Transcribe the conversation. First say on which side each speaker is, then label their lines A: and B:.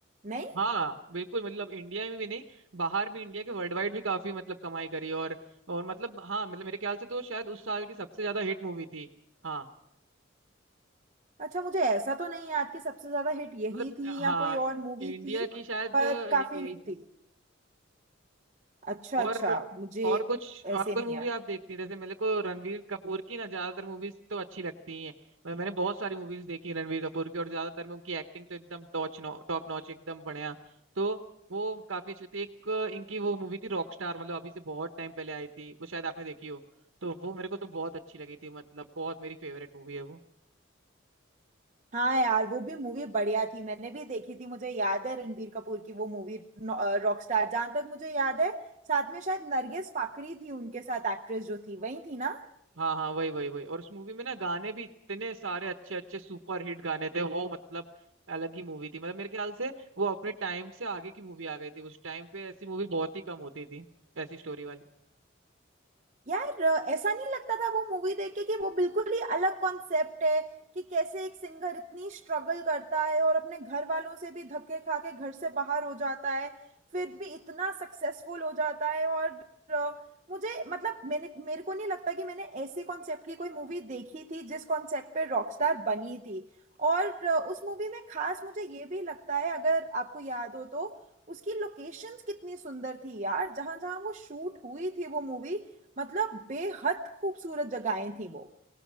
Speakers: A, on the right; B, on the right.
A: नहीं
B: हाँ बिल्कुल मतलब इंडिया में भी नहीं बाहर भी इंडिया के वर्ल्ड वाइड भी काफी मतलब कमाई करी और और मतलब हाँ मतलब मेरे ख्याल से तो शायद उस साल की सबसे ज्यादा हिट मूवी थी हाँ
A: अच्छा मुझे ऐसा तो नहीं याद कि सबसे ज्यादा हिट यही
B: मतलब
A: थी
B: हाँ
A: या कोई और मूवी
B: इंडिया
A: थी
B: की शायद
A: पर
B: यही
A: काफी हिट थी अच्छा
B: और
A: अच्छा मुझे
B: और कुछ और
A: ऐसे
B: कोई
A: नहीं
B: मूवी
A: याद
B: आप देखती हैं जैसे मेरे को रणवीर कपूर की ना ज्यादातर मूवीज तो अच्छी लगती ही हैं मैं- मैंने बहुत सारी मूवीज देखी हैं रणवीर कपूर की और ज्यादातर में उनकी एक्टिंग तो एकदम टॉच नॉ टॉप नॉच एकदम बढ़िया तो वो काफी अच्छी होती है एक इनकी वो मूवी थी रॉक स्टार मतलब अभी से बहुत टाइम पहले आई थी वो शायद आपने देखी हो तो वो मेरे को तो बहुत अच्छी लगी थी मतलब बहुत मेरी फेवरेट मूवी है वो
A: हाँ यार वो भी मूवी बढ़िया थी मैंने भी देखी थी मुझे याद है रणबीर कपूर की वो मूवी रॉकस्टार जहां तक मुझे याद है साथ में शायद नरगिस फाकरी थी उनके साथ एक्ट्रेस जो थी वही थी ना
B: हाँ हाँ वही वही वही और उस मूवी में ना गाने भी इतने सारे अच्छे अच्छे सुपर हिट गाने थे वो मतलब अलग ही मूवी थी मतलब मेरे ख्याल से वो अपने टाइम से आगे की मूवी आ गई थी उस टाइम पे ऐसी मूवी बहुत ही कम होती थी ऐसी स्टोरी वाली
A: यार अ, ऐसा नहीं लगता था वो मूवी देख के कि वो बिल्कुल ही अलग कॉन्सेप्ट है कि कैसे एक सिंगर इतनी स्ट्रगल करता है और अपने घर वालों से भी धक्के खा के घर से बाहर हो जाता है फिर भी इतना सक्सेसफुल हो जाता है और अ, मुझे मतलब मैंने मेरे को नहीं लगता कि मैंने ऐसे कॉन्सेप्ट की कोई मूवी देखी थी जिस कॉन्सेप्ट पे रॉकस्टार बनी थी और अ, उस मूवी में खास मुझे ये भी लगता है अगर आपको याद हो तो उसकी लोकेशंस कितनी सुंदर थी यार जहां जहां वो शूट हुई थी वो मूवी मतलब बेहद खूबसूरत जगहें थी वो